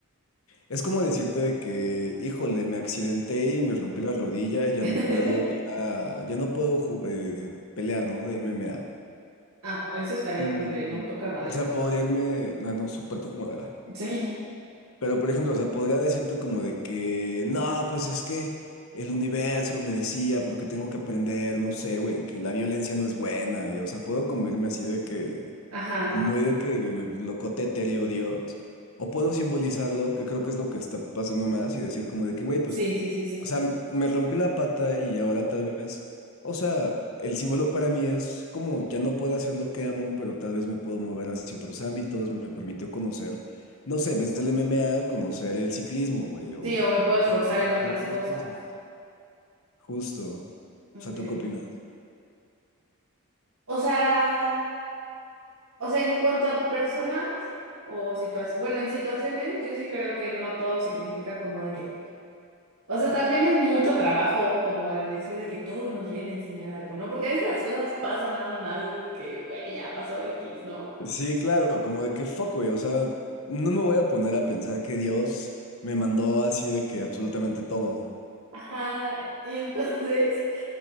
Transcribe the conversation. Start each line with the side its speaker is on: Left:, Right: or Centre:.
Left: Es como decirte de que, híjole, me accidenté y me rompí la rodilla, ya
Right: <laughs>
Left: no puedo ir a, ya no puedo ju- eh, pelear, ¿no? De MMA.
Right: Ah, eso estaría
Left: Y,
Right: horrible,
Left: y,
Right: ¿no? Toca madera.
Left: o sea, podría irme, no, no, súper como era.
Right: Sí.
Left: Pero, por ejemplo, o sea, podría decirte como de que, no, pues es que el universo me decía, porque tengo que aprender, no sé, güey, que la violencia no es buena. Y, o sea, puedo como irme así de que,
Right: Ajá.
Left: muy de que locote etéreo Dios, o puedo simbolizarlo, que creo que es lo que está pasando más, y decir como de que, güey, pues,
Right: Sí, sí, sí, sí.
Left: o sea, me rompí la pata y ahora tal vez, o sea, el símbolo para mí es como ya no puedo hacer lo que amo, pero tal vez me puedo mover hacia otros ámbitos, me permitió conocer, no sé, en vez del MMA, conocer el ciclismo, güey, o,
Right: Sí, o me puedo esforzar
Left: o conocer
Right: en otras
Left: otras
Right: cosas.
Left: cosas. Justo. O
Right: Okay.
Left: sea, ¿tú qué opinas?
Right: O sea, o sea, en cuanto a personas o situaciones, bueno, en situaciones yo sí creo que no todo significa como de que, o sea, también es mucho trabajo como el decir de que todo nos viene a enseñar algo, ¿no? Porque a veces las cosas pasan nada más, es de que, güey, ya pasó X, ¿no?
Left: Sí, claro, como de que fuck, güey, o sea, no me voy a poner a pensar que Dios me mandó así de que absolutamente todo.
Right: Ajá, y entonces...